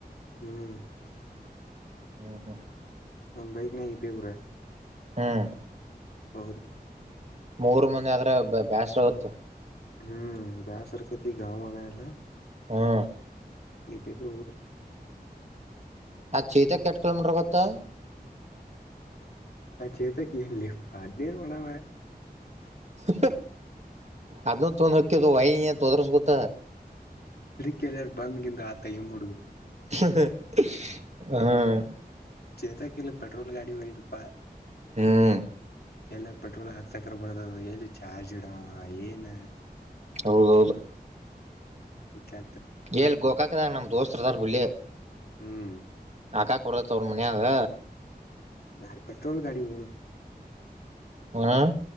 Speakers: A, on the left; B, on the right.
A: ಹ್ಮ್
B: ಹ್ಮ ಹಾ
A: ಒ ಬೈಕ್ ನ ಇ ಬೇಬುರ
B: ಹ್ಮ್
A: ಹೌದು
B: ಮೂರ್ ಮಂದ ಆದ್ರ ಬೇಾಸ್ರ ಹತ್ತು
A: ಹ್ಮ್ ಬ್ಯಾಾಸಾರಕ ತಿ ಗಾಾವವಗಲ್ಲ
B: ಹಾ
A: ಇಬ್ಬಿಬ್ಬರು ಓದರು
B: ಆ ಚೈತ ಕೆ ಎಟ್ಟ ಕಿಲೋಮೀಟರ್ ಗತ್ತಾ
A: ಅಚೆತ ಕಲ್ಲ ಬಾದನರು ಬಣಾವ
B: ಹ ಅದನ್ನು ತೊಂದ ಹಕ್ಯದು ವೈ ನೀ ತೊದ್ರಸ್ ಗೊತ್ತ
A: ಕೆಾರ ಬಂದ್ಗಿಿಂದ ಆತೈ ಹುಡ್ದು
B: ಹಾ
A: ಚೇತಾ ಕೆಲ್ಲ ಪೆಟ್ರೋಲ್ ಗಾಡಿಿೋಗದುಪಾ
B: ಹ್ಮ್
A: ಎಲ್ಲ ಪೆಟ್ರೋಲ್ ಹಾಕ್ಸಕ್ರ ಬರ್ದ ಎಲ್ಲಿ ಚಾರ್ಜಡ ಏನ್
B: ಹೌದು ಹೌದು
A: ಕೆ
B: ಎಲ್ ಗೊಕಾಕದಾರ ನಮ್ ದೋಸ್ತ್ರು ಅದಾರ್ ಬಿಳ್ಳಿ
A: ಹ್ಮ್
B: ಅಕ್ಕಾ ಕೊೂಡ ತೋರ ಮನಿಯಾಗ
A: ಬ ಪೆಟ್ರೋಲ್ ಗಾಡಿನು
B: ಹಾ